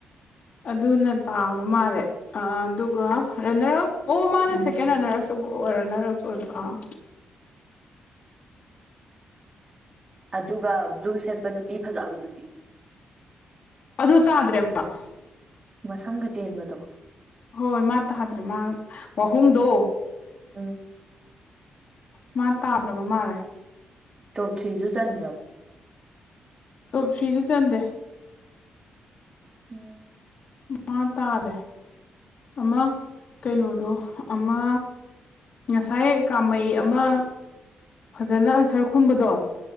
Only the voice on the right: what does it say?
ꯑꯗꯨꯒ ꯕ꯭ꯂꯨ ꯁꯦꯠꯄ ꯅꯨꯄꯤ ꯐꯖꯕꯗꯨꯗꯤ
ꯃꯁꯝꯒ ꯇꯦꯟꯕꯗꯣ
ꯎꯝ
ꯇꯣꯞ ꯊ꯭ꯔꯤꯁꯨ ꯆꯟꯈ꯭ꯔꯕꯣ
ꯎꯝ